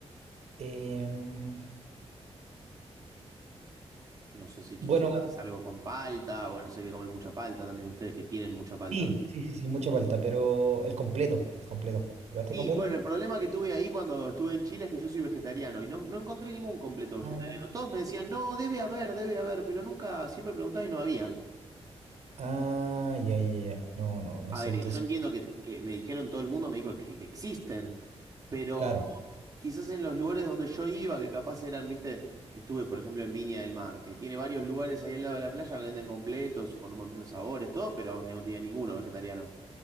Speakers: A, on the right (about 85°); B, on the right (about 35°).
A: em,
B: No sé si quizás
A: bueno,
B: algo con palta, bueno, sé que comen mucha palta también ustedes que tienen mucha palta.
A: sí, sí, sí, sí, mucha falta, pero el completo, el completo. ¿Probaste
B: Sí,
A: el completo?
B: bueno, el problema que tuve ahí cuando estuve en Chile es que yo soy vegetariano y no, no encontré ningún completo vegetariano.
A: Ah,
B: Todos me decían, no, debe haber, debe haber, pero nunca, siempre preguntaba y no había. ¿no?
A: ah, ya, ya, ya. No, no, no
B: A
A: sé,
B: ver,
A: entonces.
B: eh, yo entiendo que, que me dijeron, todo el mundo me dijo que, que existen, pero
A: Claro.
B: quizás en los lugares donde yo iba, que capaz eran, viste, estuve por ejemplo en Viña del Mar, que tiene varios lugares ahí al lado de la playa que venden completos, con un montón de sabores, todo, pero no tenía ninguno vegetariano.